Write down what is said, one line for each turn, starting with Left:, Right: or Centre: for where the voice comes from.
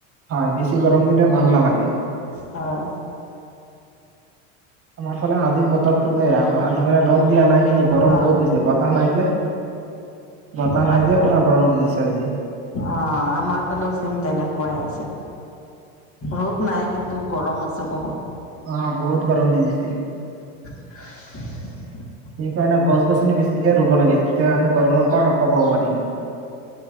Right: হয় বেছি গৰম দিলে ভাল নালাগে
Left: হয়
Right: আমাৰ ফালে আজিৰ বতৰটো বেয়া আজি মানে ৰ'দ দিয়া নাই কিন্তু গৰম
Left: হয়
Right: বহুত দিছে বতাহ নাই যে বতাহ
Left: হয়
Right: নাই যে
Left: হয়
Right: পুৰা গৰম দি দিছে আজি
Left: অ আমাৰ ফালেও চেম তেনেকুৱাই আছে ৰ'ত নাই কিন্তু গৰম চব
Right: অ বহুত গৰম দি দিছে
Left: <unintelligible>
Right: সেইকাৰণে গছ গছনি বেছিকে ৰুব লাগে তেতিয়া আমি গৰমৰ পৰা ৰক্ষা পাব পাৰিম